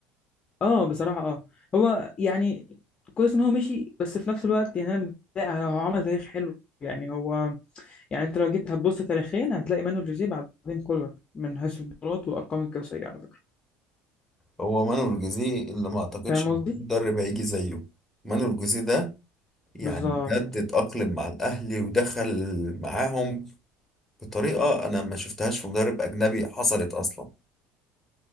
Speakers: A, on the left; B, in the centre.
A: اه بصراحه اه هو يعني كويس ان هو مشي بس في نفس الوقت يعني انا متضايق هو عمل تاريخ حلو يعني هو يعني انت لو جيت هتبص تاريخيا هتلاقي مانويل جوزيه بعدين كولر من حيث البطولات والارقام القياسيه على فكره
B: هو مانويل جوزيه اللي ما اعتقدش
A: فاهم
B: إن
A: قصدي
B: مدرب هيجي زيه مانويل جوزيه ده يعني
A: بالظبط
B: بجد اتأقلم مع الاهلي ودخل معاهم بطريقة انا ما شفتهاش في مدرب اجنبي حصلت اصلا